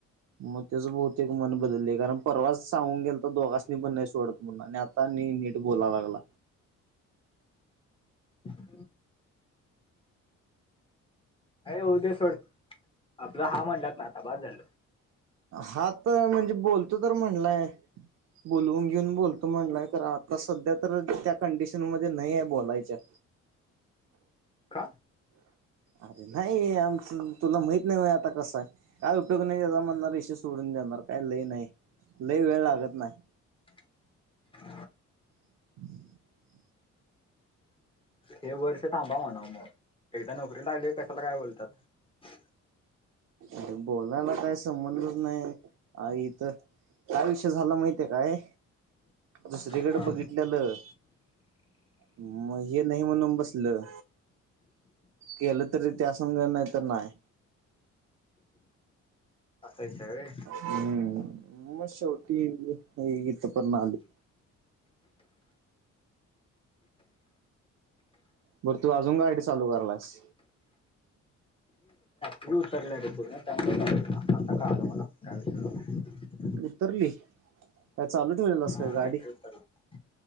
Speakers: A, on the right; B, on the left.
A: मग त्याचं बहुतेक मन बदललंय. कारण परवाच सांगून गेलाता दोघांस्नी पण नाही सोडत म्हणून आणि आता- नीट बोला लागला.
B: ऋल उद्या सोड. आपला हा म्हणलात ना आता बास झाल.
A: हा तर म्हणजे बोलतो तर म्हणलाय बोलवून घेऊन बोलतो म्हणलाय खरा. सध्या तर त्या कंडिशन मध्ये नाही आहे बोलायच्या.
B: का
A: अरे नाही आमच तुला माहित नाही. आता कसं आहे काय उपयोग नाही त्याचा विषय सोडून देणार. काही लई नाही. लय वेळ लागत नाही.
B: <inaudible>
A: <inaudible>
B: हे वर्ष थांबा म्हणावं मग एकदा नोकरी लागली कशाला काय बोलतात.
A: अरे बोलायला काय संबंधच नाही आ इथ. काय विषय झाला माहितीये काय दुसरीकडे
B: हा
A: बघितलेलं मग हे नाही म्हणून बसलं. केलं तरी ते असून नाही तर नाही.
B: असं हाय व्हय.
A: हम् म शेवटी इथपर्यंत आलंय. बर तू अजून गाड चालू करलास.
B: उूर तररलार त आता का आमला <unintelligible>
A: उतरली काय चालू ठेवलेलस काय
B: हा
A: गाडी.
B: बॅटरी उतरला